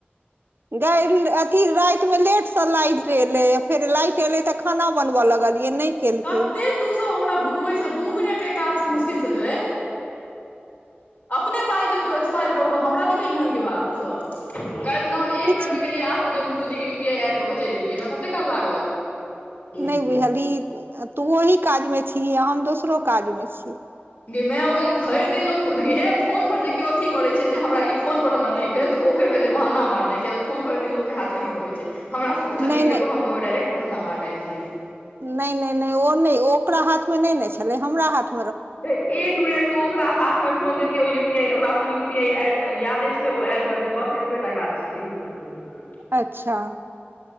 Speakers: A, on the right (about 65°); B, on the left (about 50°).
A: गै अथी रातिमे लेटसँ लाइट एलैए फेर लाइट एलै तऽ खाना बनबऽ लगलियै नहि केलकै
B: कते तू सब हमरा भुकबै छें दू मिनट के काज छै मुश्किल सँ गै अपने पाय जेतौ एक्सपायर करतौ हमरा नहि कहिये ओहिके बात तू सब तऽ काल्हि तऽ हम एक
A: किछु
B: मिनटमे गेलियै आठ बजे मुकुल दी के यू पी आई एड कऽ क चलि एलियै हमरा कते काल लागल डेढ़
A: नहि
B: मिनट
A: बुझलही तू ओहि काजमे छीही आ हम दोसरो काजमे छी
B: गै मे ओ भैर दिन लोक देखही हे फोन पर देखियो अथी करे छै जे हमरा ई फोन पर हमरा नहि भेल तऽ ओ फेर भेलै बहाना मारनाई किया तऽ फोन भरि दिन लोक के हाथ मे रहै छै हमरासँ
A: नहि
B: पूछलियै
A: नहि
B: कि, तऽ हम कहब डायट बहनना मार नहि भेलै।
A: नहि, नहि, नहि ओ नहि, ओकरा हाथमे नहि ने छलै, हमरा हाथ
B: एक मिनट। तू ओकरा हाथमे फोन देलियै, ओ यू पी आई ओकरा अपन U P I I D यादे छै, ओ एड कऽ देत, बस एतबे टा काज छै। ठीक ह भैत
A: अच्छा